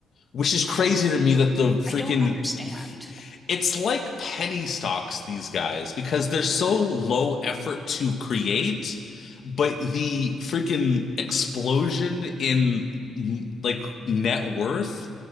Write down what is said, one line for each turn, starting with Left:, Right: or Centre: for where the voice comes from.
Left: which is crazy to me that the freaking.
Centre: I don't understand
Left: <sighs> It's like penny stocks, these guys, because they're so low effort to create, but the freaking explosion in, like, net worth